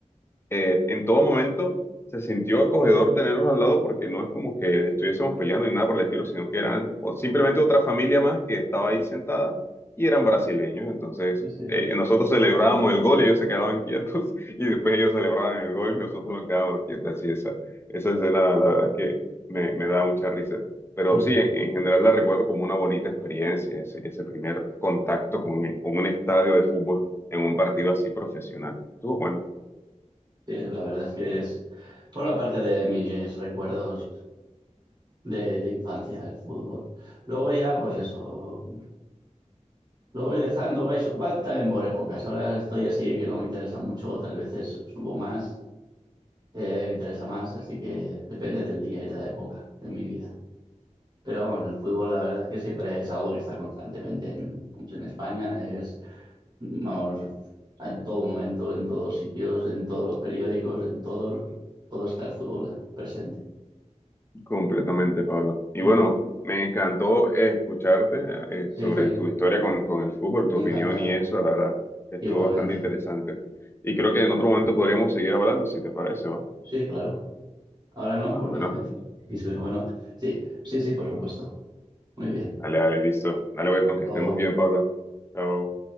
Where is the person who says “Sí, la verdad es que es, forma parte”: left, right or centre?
Right